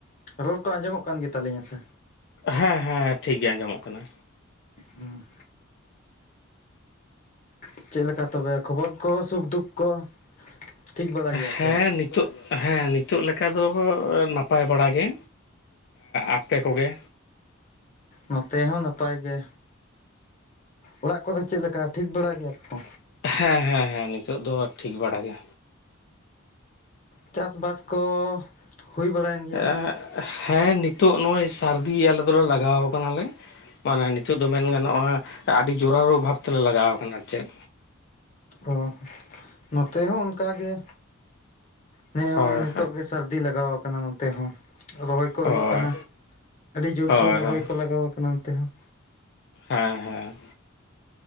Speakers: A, on the left; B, on the left.
A: ᱨᱚᱲ ᱠᱚ ᱟᱸᱡᱚᱢᱚᱜ ᱠᱟᱱ ᱜᱮᱛᱟᱞᱤᱧᱟ ᱥᱮ?
B: ᱦᱮᱸ ᱦᱮᱸ ᱴᱷᱤᱠ ᱜᱮ ᱟᱸᱡᱚᱢᱚᱜ ᱠᱟᱱᱟ᱾
A: ᱦᱩᱸ᱾ ᱪᱮᱫ ᱞᱮᱠᱟ ᱛᱚᱵᱮ ᱠᱷᱚᱵᱚᱨ ᱠᱚ ᱥᱩᱠ ᱫᱩᱠ ᱠᱚ ᱴᱷᱤᱠ ᱵᱟᱲᱟ ᱜᱮᱭᱟ ᱥᱮ
B: ᱦᱮᱸ ᱱᱤ ᱱᱤᱛᱚᱜ ᱦᱮᱸ ᱱᱤᱛᱚᱜ ᱞᱮᱠᱟ ᱫᱚ ᱱᱟᱯᱟᱭ ᱵᱟᱲᱟ ᱜᱮ ᱟᱯᱮ ᱠᱚᱜᱮ?
A: ᱱᱚᱛᱮ ᱦᱚᱸ ᱱᱟᱯᱟᱭ ᱜᱮ ᱚᱲᱟᱜ ᱠᱚᱫᱚ ᱪᱮᱫ ᱞᱮᱠᱟ ᱴᱷᱤᱠ ᱵᱟᱲᱟ ᱜᱮᱭᱟ ᱛᱚ?
B: ᱦᱮᱸ ᱦᱮᱸ ᱦᱮᱸ ᱱᱤᱛᱳᱜ ᱫᱚ ᱴᱷᱤᱠ ᱵᱟᱲᱟ ᱜᱮ᱾
A: ᱪᱟᱥᱵᱟᱥ᱾ ᱠᱚ ᱦᱩᱭ ᱵᱟᱲᱟᱭᱮᱱ ᱜᱮᱭᱟ
B: ᱮᱻ ᱦᱮᱸ ᱱᱤᱛᱚᱜ ᱱᱚᱜᱼᱚᱭ ᱥᱟᱹᱨᱫᱤ ᱟᱞᱮ ᱫᱚᱞᱮ ᱞᱟᱜᱟᱣ ᱠᱟᱱᱟᱞᱮ᱾ ᱢᱟᱱᱮ ᱱᱤᱛᱚᱜ ᱫᱚ ᱢᱮᱱ ᱜᱟᱱᱚᱜᱼᱟ ᱟᱹᱰᱤ ᱡᱳᱨᱟᱞᱳ ᱵᱷᱟᱵ ᱛᱮᱞᱮ ᱞᱟᱜᱟᱣ ᱠᱟᱱᱟ ᱟᱨ ᱪᱮᱫ᱾
A: ᱚᱻ ᱱᱚᱛᱮ ᱦᱚᱸ ᱚᱱᱠᱟ ᱜᱮ ᱱᱚᱜᱚᱭ
B: ᱦᱚᱸ
A: ᱱᱤᱛᱚᱜ ᱜᱮ ᱥᱟᱹᱨᱫᱤ ᱞᱟᱜᱟᱣ ᱠᱟᱱᱟ ᱱᱚ ᱚᱱᱛᱮ ᱦᱚᱸ ᱨᱚᱦᱚᱭ ᱠᱚ
B: ᱦᱚᱸ
A: ᱦᱳᱭᱳᱜ
B: ᱦᱳᱭ
A: ᱠᱟᱱᱟ ᱟᱹᱰᱤ ᱡᱳᱨᱥᱳᱨ
B: ᱦᱳᱭ
A: ᱨᱚᱦᱚᱭ
B: ᱦᱳᱭ
A: ᱠᱚ ᱞᱟᱜᱟᱣ ᱠᱟᱱᱟ ᱚᱱᱛᱮ ᱦᱚᱸ᱾
B: ᱦᱮᱸ ᱦᱮᱸ᱾